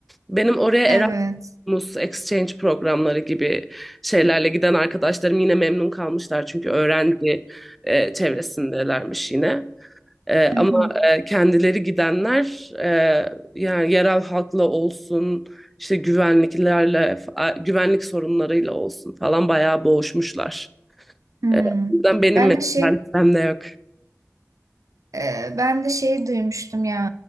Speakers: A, in the centre; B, on the right (about 85°).
A: Benim oraya Erasmus
B: evet.
A: exchange programları gibi şeylerle giden arkadaşlarım yine memnun kalmışlar çünkü öğrenci e, çevresindelermiş yine. Ee,
B: Hı
A: ama
B: hı.
A: e, kendileri gidenler e, yani yerel halkla olsun işte güvenliklerle fa- güvenlik sorunlarıyla olsun falan bayağı boğuşmuşlar.
B: Hmm.
A: Ee, o yüzden benim
B: Ben
A: mesela
B: de şey,
A: listemde yok.
B: e, ben de şey duymuştum ya.